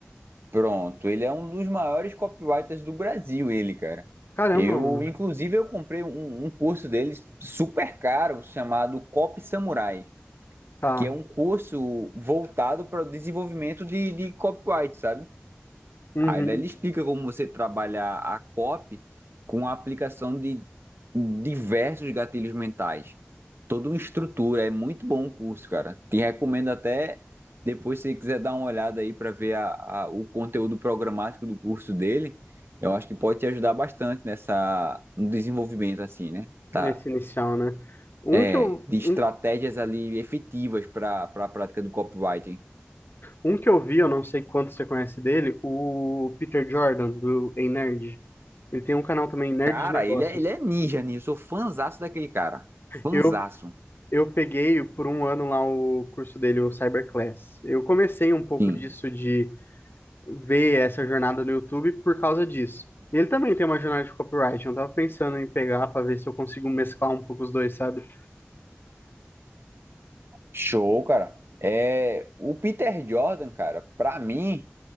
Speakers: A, on the right (about 65°); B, on the left (about 55°).
A: Pronto, ele é um dos maiores copywriters do Brasil, ele, cara.
B: Caramba,
A: Eu,
B: mano.
A: inclusive, eu comprei um, um curso dele super caro chamado Copy Samurai,
B: Tá.
A: que é um curso voltado para o desenvolvimento de, de copyright, sabe?
B: Uhum.
A: Aí ele explica como você trabalhar a COP com a aplicação de diversos gatilhos mentais. Toda uma estrutura, é muito bom o curso, cara. Te recomendo até depois, se você quiser dar uma olhada aí para ver a- a- o conteúdo programático do curso dele, eu acho que pode te ajudar bastante nessa, no desenvolvimento, assim, né? Tá.
B: Nesse inicial, né? Um
A: É,
B: que eu,
A: de estratégias
B: um
A: ali efetivas para a prática do copywriting.
B: Um que eu vi, eu não sei quanto você conhece dele, o Peter Jordan, do Ei Nerd. Ele tem um canal também, Nerd
A: Cara,
B: de Negócios.
A: ele é, ele é ninja nisso. Eu sou fãzaço daquele cara. Fanzaço.
B: Eu, eu peguei por um ano lá o curso dele, o Cyberclass. Eu comecei um pouco
A: Sim,
B: disso de ver essa jornada no YouTube por causa disso. E ele também tem uma jornada de copyright. Eu tava pensando em pegar para ver se eu consigo mesclar um pouco os dois, sabe?
A: show, cara. É, o Peter Jordan, cara, pra mim,